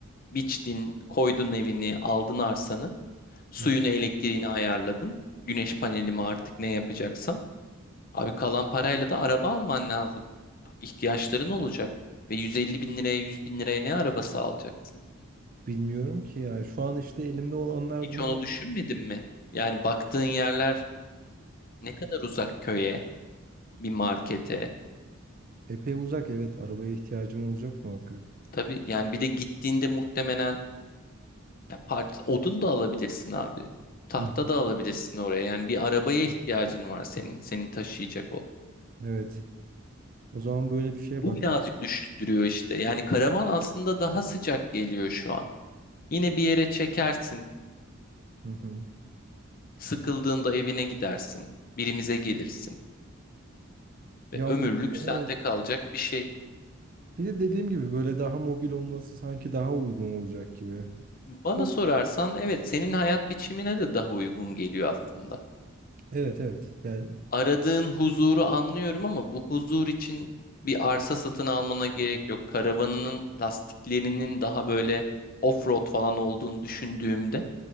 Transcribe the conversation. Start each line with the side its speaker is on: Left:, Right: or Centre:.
Left: biçtin, koydun evini, aldın arsanı, suyunu,
Right: Hı hı.
Left: elektriğini ayarladın. Güneş paneli mi artık ne yapacaksan. Abi kalan parayla da araba alman lazım. İhtiyaçların olacak. Ve 150 bin liraya 100 bin liraya ne arabası alacaksın?
Right: bilmiyorum ki yani. Şu an işte elimde olanlar
Left: Hiç
Right: bunlar.
Left: onu düşünmedin mi? Yani baktığın yerler ne kadar uzak köye, bir markete.
Right: Epey uzak evet arabaya ihtiyacım olacak muhakkak.
Left: Tabii yani bir de gittiğinde muhtemelen Yani part- odun da alabilirsin abi. Tahta
Right: Hı hı.
Left: da alabilirsin oraya. Yani bir arabaya ihtiyacın var senin seni taşıyacak ol.
Right: Evet. O zaman böyle bir şeye
Left: Bu
Right: bak.
Left: birazcık düşündürüyor işte. Yani karavan aslında daha sıcak geliyor şu an. Yine bir yere çekersin,
Right: Hı hı.
Left: sıkıldığında evine gidersin, birimize gelirsin
Right: Ya
Left: ve ömürlük
Right: o- o-
Left: sende
Right: evet.
Left: kalacak bir şey.
Right: Bir de dediğim gibi böyle daha mobil olması sanki daha uygun olacak gibi.
Left: Bana
Right: Ama-
Left: sorarsan evet senin hayat biçimine de daha uygun geliyor aslında.
Right: Evet evet. Yani
Left: aradığın huzuru anlıyorum ama bu huzur için bir arsa satın almana gerek yok. Karavanının lastiklerinin daha böyle off-road falan olduğunu düşündüğümde